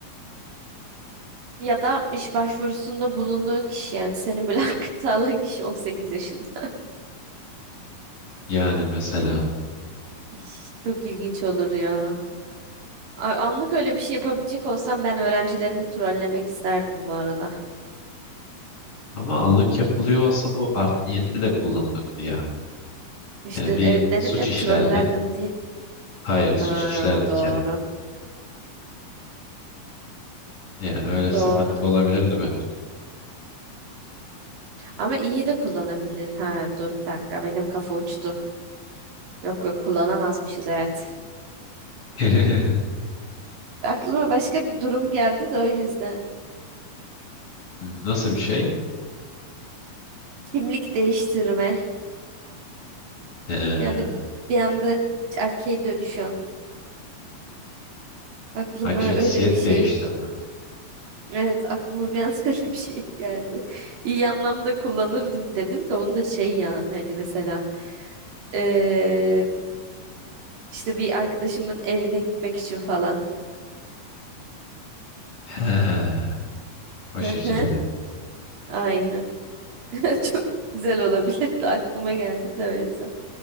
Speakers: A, on the right; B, on the left.
A: Ya da iş başvurusunda bulunduğun kişi yani seni mülakata <laughs> alan kişi 18 yaşında.
B: Yani mesela
A: İş Çok ilginç olur ya. A- Anlık öyle bir şey yapabilecek olsam ben öğrencilerimi trollemek isterdim bu arada.
B: ama anlık yapılıyor olsa bu art niyetli de kullanılırdı ya.
A: İşte
B: Yani bir
A: evet dedim
B: suç
A: ya
B: işlerdin.
A: trollerdim diye.
B: Hayır suç
A: Ha
B: işlerdiken.
A: doğru.
B: Yani öyle sıkıntı
A: Doğru.
B: olabilirdi bence.
A: Ama iyi de kullanabilir. Ha dur bir dakika benim kafa uçtu. Yok yok kullanamazmışız evet.
B: <laughs>
A: Aklıma başka bir durum geldi de o yüzden.
B: Nasıl bir şey?
A: Kimlik değiştirme.
B: Ee,
A: Yani bir anda erkeğe dönüşüyorsun. Aklıma
B: ha, cinsiyet
A: öyle bir şey.
B: değiştirme.
A: Evet, aklıma bir an <laughs> öyle bir şey geldi. İyi anlamda kullanırdım dedim de onu da şey ya hani mesela eee, işte bir arkadaşımın evine gitmek için falan.
B: He, o şekilde.
A: Hı hı, Aynen. <laughs> Çok güzel olabilirdi aklıma geldi de o yüzden.